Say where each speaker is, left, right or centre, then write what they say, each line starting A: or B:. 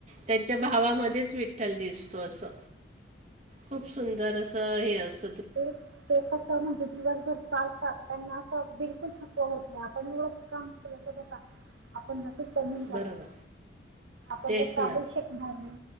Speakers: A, on the right; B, on the right.
A: त्यांच्या भावामध्येच विठ्ठल दिसतो असं. खूप सुंदर असं हे अस
B: ते ते कस त म्हणजे दिवसभर चालता त्यांना असं बिलकुल थकवा होत नाहीं. आपण एवढं काम केलं का बघा आपण लगेच दमून जातो,
A: बरोबर
B: आपणं
A: तेच
B: त चालुही
A: ना
B: शकणारं नाहीं.